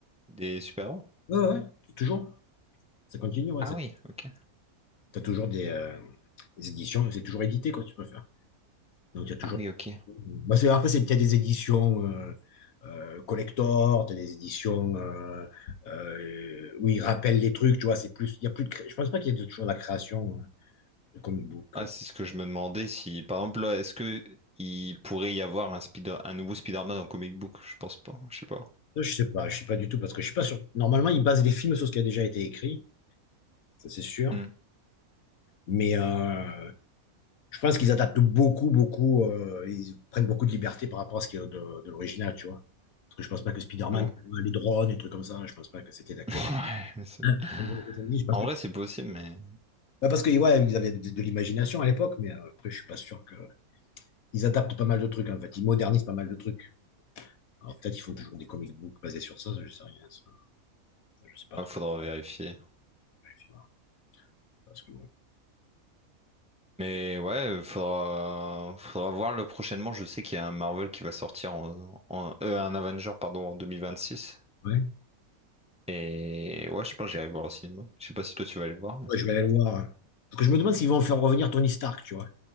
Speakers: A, in the centre; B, on the left.
A: des super-héros.
B: Ouais, ouais, ouais. toujours, ça continue, ouais.
A: Ah
B: ça-
A: oui, ok.
B: T'as toujours des, euh, des éditions, c'est toujours édité, quoi, tu préfères. Donc, il y a toujours.
A: Ah oui, ok.
B: Bah, c'est- après, c'est, qu'il y a des éditions euh, euh, collector, t'as des éditions euh, euh, où ils rappellent les trucs, tu vois. C'est plus, il y a plus de, cré- je pense pas qu'il y ait toujours la création euh, de comic book.
A: Ah,
B: euh.
A: c'est ce que je me demandais si, par exemple, là, est-ce que il pourrait y avoir un Spider- un nouveau Spider-Man en comic book? Je pense pas. Je sais pas.
B: Ça, Je sais pas, je sais pas du tout parce que je suis pas sûr. Normalement, ils basent les films sur ce qui a déjà été écrit, ça c'est sûr.
A: Hmm.
B: Mais euh, je pense qu'ils adaptent beaucoup, beaucoup. euh, ils prennent beaucoup de liberté par rapport à ce qui est de, de l'original, tu vois. Parce que je pense pas que Spider-Man,
A: Ouais. <laughs>
B: les drones, et trucs comme ça, je pense pas que c'était d'actualité.
A: Ouais, mais c'est-
B: Je pense
A: En vrai, c'est possible, mais
B: Ouais, parce que ouais, ils avaient de, de l'imagination à l'époque, mais euh, après, je suis pas sûr que. Ils adaptent pas mal de trucs, hein, en fait. Ils modernisent pas mal de trucs. Alors peut-être qu'ils font toujours des comic books basés sur ça, ça, je sais rien. ça. je sais pas
A: il
B: trop.
A: faudra vérifier.
B: Ouais, puis, voilà. Parce que bon.
A: Mais ouais, faudra, faudra voir le prochainement. Je sais qu'il y a un Marvel qui va sortir en, en- euh, un Avenger, pardon, en six
B: Ouais.
A: Et ouais, je pense que j'irai le voir au cinéma. Je sais pas si toi tu vas aller le voir, mais...
B: Ouais, je vais aller le voir. hein. Parce que je me demande s'ils vont faire revenir Tony Stark, tu vois.